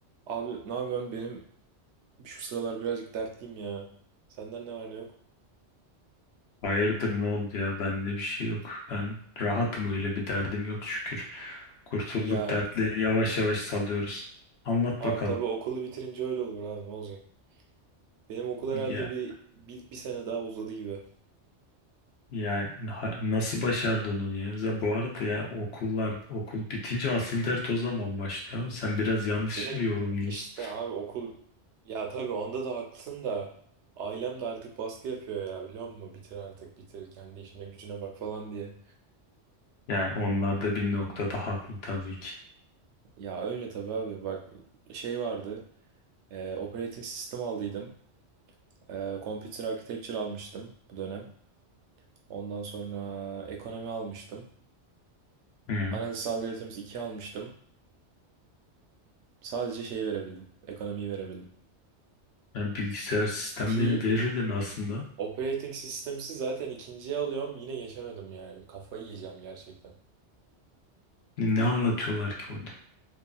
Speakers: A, on the right; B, on the left.
A: Abi ne yapıyorsun? Benim şu sıralar birazcık dertliyim ya. Senden ne var ne yok?
B: Hayırdır ne oldu ya bende bir şey yok. Ben rahatım öyle bir derdim yok şükür. Kurtulduk
A: Ya
B: dertleri yavaş yavaş salıyoruz. Anlat
A: abi
B: bakalım.
A: tabii okulu bitirince öyle olur abi ne olacak? Benim okul
B: Ya
A: herhalde bir, bir, bir sene daha uzadı gibi.
B: ya ha- nasıl başardın onu ya? Za- Bu arada ya okullar okul bitince asıl dert o zaman başlıyor ama sen biraz yanlış
A: Benim
B: yorumluyorsun.
A: işte abi okul ya tabii onda da haklısın da ailem de artık baskı yapıyor ya biliyor musun? Bitir artık bitir kendi işine gücüne bak falan diye.
B: Yani onlar da bir noktada haklı tabii ki.
A: Ya öyle tabii abi bak şey vardı. E, operating sistem aldıydım. E, computer architecture almıştım bu dönem. Ondan sonra ekonomi almıştım.
B: Hı.
A: Analiz algoritması 2 almıştım. Sadece şeyi verebildim. Ekonomiyi verebildim.
B: Yani bilgisayar sistemleri
A: Ki
B: verirdin aslında.
A: operating systems'i zaten ikinciye alıyorum. Yine geçemedim yani. Kafayı yiyeceğim gerçekten.
B: Ne ne anlatıyorlar ki orada?